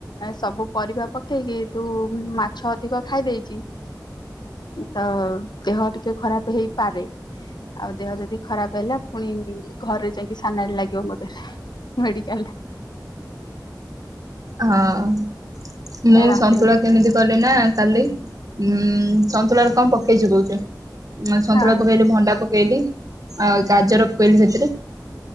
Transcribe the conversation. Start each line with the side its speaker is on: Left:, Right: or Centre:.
Left: ସବୁ ପରିବା ପକେଇକି ତୁ ମାଛ ଅଧିକ ଖାଇ ଦେଇେଇଚ ତ ଦେହ ଟିକେ ଖରାପ ହେଇପାରେ ଆଉ ଦେହ ଯଦି ଖରାପ ହେଲା। ପୁଣି ଘରେ ଯାଇକି ସାନଣି ଲାଗିବ ମୋତେ ମେଡିକାଲରେ
Right: ହଁ। ମୁଁ
Left: ରାତିରେ
Right: ସନ୍ତୁଳା କେମିତି କଲି ନା କାଲି ଉଁ ସନ୍ତୁଳାରେ କଣ ପ ପକେଇ କହୁଛି ସନ୍ତୁଳା
Left: ହଁ
Right: ପକେଇଲି ଭଣ୍ଡାକୁ ଭେଣ୍ଡି ପକେଇଲି ଆଉ ଗାଜର ପକେଇଲି ସେଥିରେ